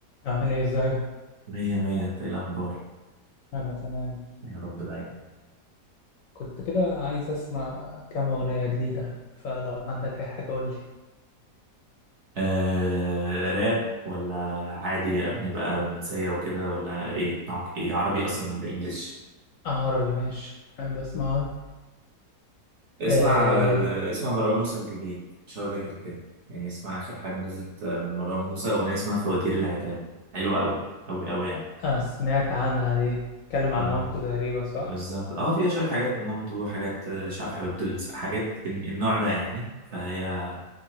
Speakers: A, on the left; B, on the right.
A: أعمل إيه إزيك؟
B: مية مية انت ايه الاخبار
A: أنا تمام
B: يا رب دايما
A: كنت كده عايز أسمع كام أغنية جديدة فلو عندك أي حاجة قولي
B: آه راب ولا عادي اغاني بقى رومانسية وكده ولا ايه نوعك ايه عربي اصلا ولا انجليش
A: آه، عربي ماشي أحب أسمع عربي
B: اسمع
A: آه...
B: آه، اسمع مروان موسى الجديد مش هقول لك غير كده يعني اسمع اخر حاجة نزلت آه، من مروان موسى اغنية اسمها فواتير العتاب حلوة قوي قوي قوي يعني
A: آه سمعت عنها دي اتكلم عن
B: اه
A: مامته تقريبا صح؟
B: بالظبط اه فيها شوية حاجات من مامته وحاجات آه، مش عارف حبيبته اللي- حاجات ال- النوع ده يعني فهي